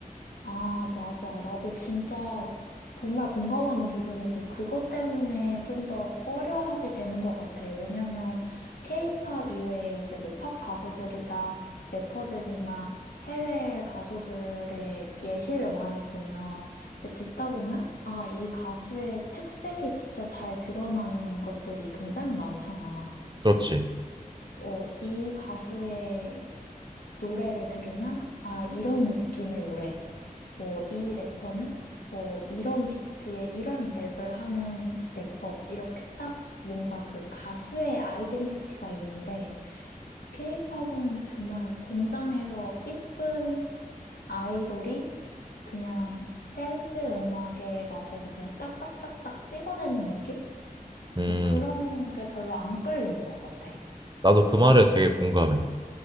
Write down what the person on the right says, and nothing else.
그렇지.
음,
나도 그 말에 되게 공감해.